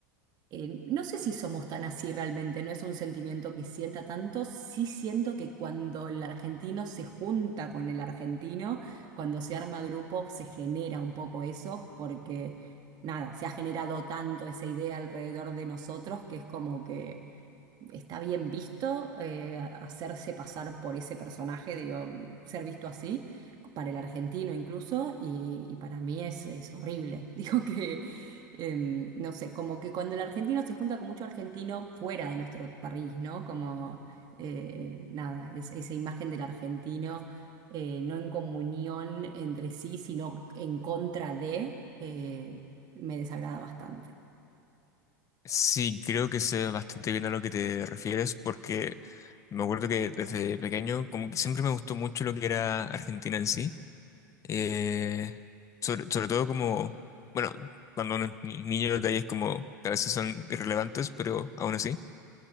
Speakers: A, on the right (about 40°); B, on the left (about 30°).
A: eh, no sé si somos tan así realmente, no es un sentimiento que sienta tanto, sí siento que cuando el argentino se junta con el argentino, cuando se arma grupo, se genera un poco eso, porque nada, se ha generado tanto esa idea alrededor de nosotros que es como que está bien visto eh, hacerse pasar por ese personaje, digo, ser visto así, para el argentino incluso, y, y para mí es, es horrible. <laughs> Digo que, em, no sé, como que cuando el argentino se junta con mucho argentino fuera de nuestro país, ¿no? Como, eh, nada, es- esa imagen del argentino eh, no en comunión entre sí, sino en contra de, eh, me desagrada bastante.
B: Sí, creo que sé bastante bien a lo que te refieres porque me acuerdo que desde pequeño como que siempre me gustó mucho lo que era Argentina en sí, eh, sobre, sobre todo como, bueno, cuando uno es ni- niño los detalles como que a veces son irrelevantes, pero aún así.